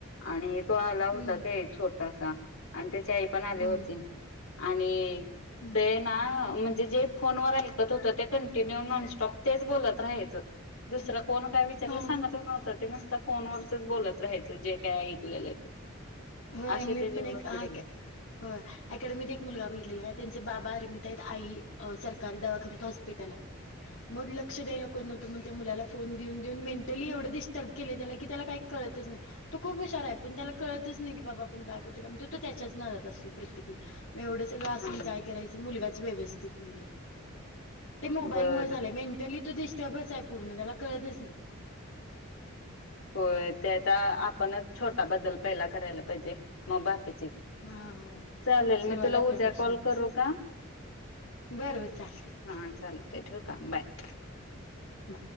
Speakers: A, on the left; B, on the left.
A: आणि तो आला होता
B: हम्म
A: काय छट त आणि आ पण आ
B: हम्म
A: होती आणि
B: हम्म
A: ते ना म्हणजे जे फोन व कंटिन्य नॉनस्ॉपच बत राहाु फोन काय विचारलं
B: हा
A: सांगतच नव्हतं ते नुसता फोनवरचच बोलत राहायचं जे काय ऐकलेलं आहे ते
B: हो
A: अशी
B: मी
A: त्याची
B: प
A: वृत्ती
B: नाही काय
A: झाली
B: का हो अकड मत एक मुलगा बघितलेला आहे त्यांचे बाबा अरमित आहेत आई अ सरकारी दवाखान्यात हॉस्पिटल आहे मग लक्ष द्यायला कोण नव्हत म्हणून, त्या मुलाला फोन देऊन देऊन मेंटली एवढं डिस्टर्ब केलय की त्याला कळत कळतचं नाही तो खुप हुशार आहे, पण त्याला कळत नाही की बा आपण काय करतोय, म तो त्याच्याच नादात असतो प्रत्येक वेळी एवढं सगळं असून
A: हा
B: काय करायचं मुलागा चं व्यवस्थित नाही आहे, ते मोबाईल
A: बर
B: मुळे झालयं मेंटली तो डिस्टर्बचं आहे पुर्ण त्याला कळतचं नाही.
A: होय ते आता आपणच छोटा बदल पहिला करायला पाहिजे, मग बाकी
B: हा होय
A: चालेल
B: सुरुवात
A: मी तुला
B: आपल्यापासूनच
A: उद्या कॉल करू का
B: बरं बर चालतंय
A: हा
B: ठीक आहे
A: चालते ठूक आम बाय
B: ब